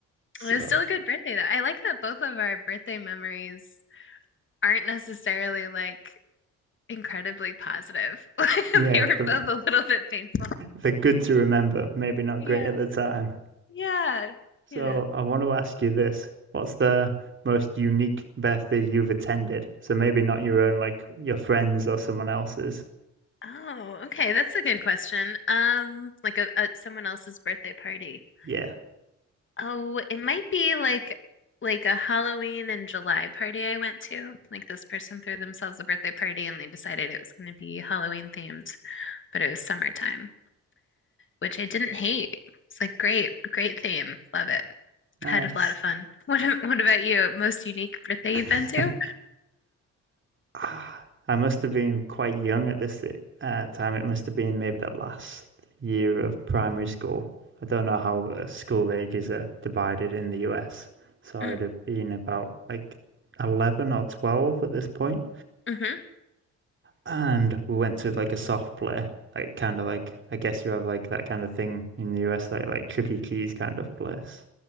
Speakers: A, on the right; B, on the left.
A: So
B: it was still a good birthday though. I like that both of our birthday memories aren't necessarily like incredibly positive. <laughs>
A: yeah,
B: They were
A: but
B: both a little bit painful.
A: they're good to remember, maybe not
B: Yeah.
A: great at the time.
B: Yeah.
A: So
B: Yeah.
A: I want to ask you this. What's the most unique birthday you've attended? So maybe not your own, like your friends or someone else's.
B: Oh, okay. That's a good question. Um, like a, a someone else's birthday party.
A: Yeah,
B: Oh, it might be like like a Halloween in July party I went to. Like this person threw themselves a birthday party and they decided it was going to be Halloween themed, but it was summertime, which I didn't hate. It's like great, great theme. Love it.
A: nice.
B: Had a lot of fun. What a- what about you? Most unique birthday
A: <laughs>
B: you've been to?
A: Ah, I must have been quite young at this uh, time. It must have been maybe the last year of primary school. I don't know how the school ages are divided in the US. So I'd
B: Mm,
A: have been about like 11 or 12 at this point.
B: hmm
A: And we went to like a soft play, like kind of like, I guess you have like that kind of thing in the US, like like Chuck E. Cheese kind of place.